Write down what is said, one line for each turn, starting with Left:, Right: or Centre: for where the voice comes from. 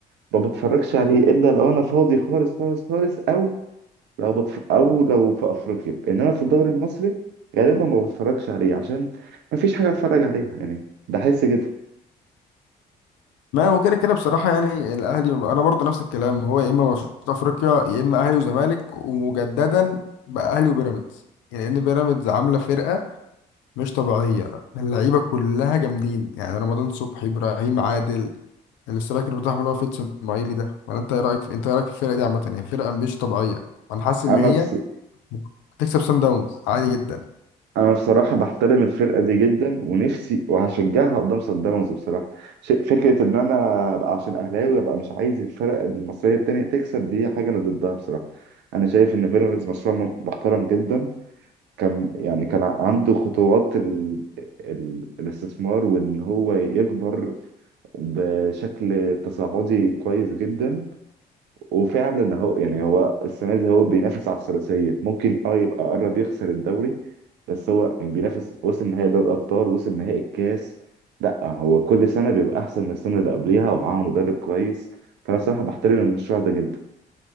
Right: ما بتفرجش عليه الا لو انا فاضي خالص خالص خالص او لو بتف... او لو في افريقيا انما في الدوري المصري غالبا ما بتفرجش عليه عشان ما فيش حاجه اتفرج عليها يعني بحس كده
Left: ما هو كده كده بصراحة يعني الأهلي أنا برضه نفس الكلام هو يا إما ماتشات أفريقيا يا إما أهلي وزمالك ومجددا بقى أهلي وبيراميدز يعني إن بيراميدز عاملة فرقة مش طبيعية اللعيبة كلها جامدين يعني رمضان صبحي إبراهيم عادل الاسترايكر بتاعهم اللي هو فيتس إسماعيلي ده ولا أنت إيه رأيك في أنت إيه رأيك في الفرقة دي عامة يعني فرقة مش طبيعية أنا حاسس إن
Right: انا
Left: هي
Right: بس
Left: هتكسب سان داونز عادي جدا
Right: انا بصراحه بحترم الفرقه دي جدا ونفسي وهشجعها قدام صن داونز بصراحه ش- فكره ان انا ابقى عشان اهلاوي ابقى مش عايز الفرق المصريه التانية تكسب دي حاجه انا ضدها بصراحه انا شايف ان بيراميدز مشروع مت- محترم جدا كان يعني كان عنده خطوات ال... ال... الاستثمار وان هو يكبر بشكل تصاعدي كويس جدا وفعلا هو يعني هو السنه دي هو بينافس على الثلاثيه ممكن اه يبقى قرب يخسر الدوري بس هو يعني بينافس وصل نهائي دوري الابطال وصل نهائي الكاس لا هو كل سنه بيبقى احسن من السنه اللي قبليها ومعاه مدرب كويس فانا صراحه بحترم المشروع ده جدا